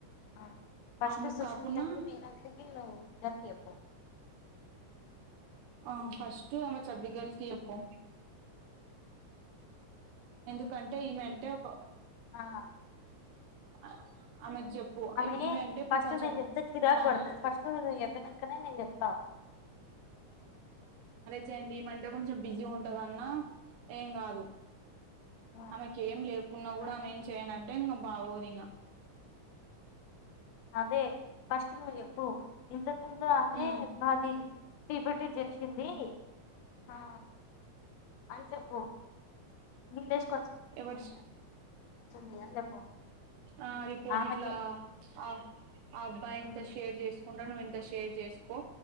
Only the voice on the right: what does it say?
ఆమెకు
కాకుండా
ఆ ఫస్ట్ ఆమె చబ్బిగర్ల్ ఇయ్య పో
ఎందుకంట ఏమంటే ఒక
ఈ మందిలో దేవుళ్లు ఉంటారు ఏ దేవుడైనా సరే ఇది హిల్స్ లో ఉంది నాకు తెలిసి షిమ్లా లేకపోతే అటు ప్లేసు ఆమెకి చెప్పు
ఈమె అంటే ఇప్పుడు
కొంచెం
మ్యాథ్స్
జెల్దిమంటే కొంచెం బిజీ ఉంటదన్న ఏం గాదు
ఆమెకేం లేకున్నా
కూడా ఆమె ఏం చేయనంటే ఇంగ బాగోదింగ
హ్మ్
ఎవర్చ్
ఆ రిపోర్ట్
ఇట్లా ఆ అబ్బాయింత
షేర్ చేసుకుంటాడ్ నువ్విం షేర్ చేసుకో